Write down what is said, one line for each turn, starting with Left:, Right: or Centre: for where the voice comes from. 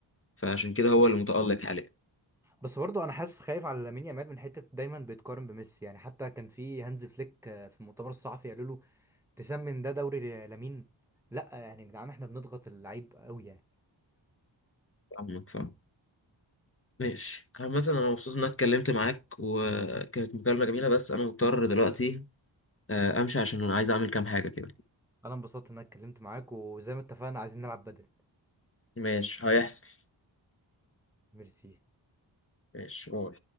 Left: فعشان كده هو اللي متألق حاليا
Centre: بس برضه انا حاسس خايف على لامين يامال من حته دايما بيتقارن بميسي يعني حتى كان في هانز فليك آه، في المؤتمر الصحفي قالوا له تسمن ده دوري لامين لا يعني يا جدعان احنا بنضغط اللعيب قوي يعني
Left: فاهمك فاهم ماشي عامة أنا مبسوط إن أنا اتكلمت معاك وكانت مكالمة جميلة بس أنا مضطر دلوقتي آه، أمشي عشان عايز أعمل كام حاجة كده
Centre: انا انبسطت ان انا اتكلمت معاك وزي ما اتفقنا عايزين نلعب بدل
Left: ماشي هيحصل
Centre: ميرسي
Left: ماشي باي